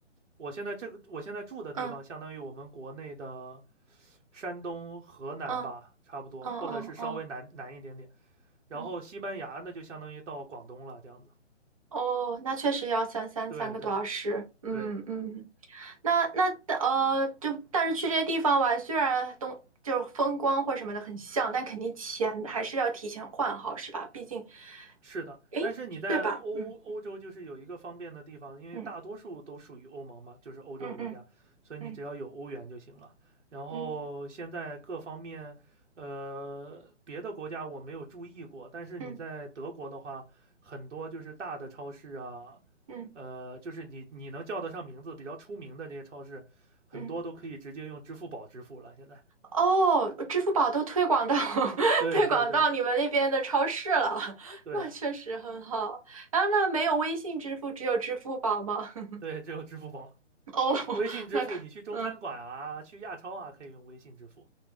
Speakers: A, on the right; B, on the right.
A: 我现在这个我现在住的地方，
B: 嗯
A: 相当于我们国内的山东、河南吧，
B: 嗯
A: 差不多，
B: 嗯嗯嗯
A: 或者是稍微南南一点点。然后西班牙那就相当于到广东了，
B: 嗯
A: 这样子。
B: 哦，那确实要三三三个多小时。
A: 对对对
B: 嗯嗯。
A: 对，
B: 那那呃，就但是去这些地方吧，虽然东就是风光或什么的很像，但肯定钱还是要提前换好，是吧？毕竟，
A: 是的，
B: 诶，
A: 但是你在欧欧洲就是有一个方便的地方，
B: 对吧？嗯
A: 因为大多数都属于欧盟嘛，
B: 嗯
A: 就是欧洲国家，
B: 嗯嗯
A: 所以你只要有欧元就行了。
B: 嗯
A: 然后现在各方面，
B: 嗯
A: 呃，别的国家我没有注意过，但是你在德国的话，
B: 嗯
A: 很多就是大的超市啊，
B: 嗯
A: 呃，就是你你能叫得上名字比较出名的这些超市，很多都可以直接用支付宝支付了。
B: 嗯。
A: 现在，
B: 哦，支付宝都推广到 <laughs>
A: <laughs> 对对对
B: 推广到你们那边的超市了，<laughs>
A: 对
B: 那确实很好。然后那没有微信支付，只有支付宝吗？<laughs>
A: 对，只有支付宝。
B: 哦，
A: 微信支付，
B: 那看，
A: 你去中餐馆啊，
B: 嗯
A: 去亚超啊，可以用微信支付。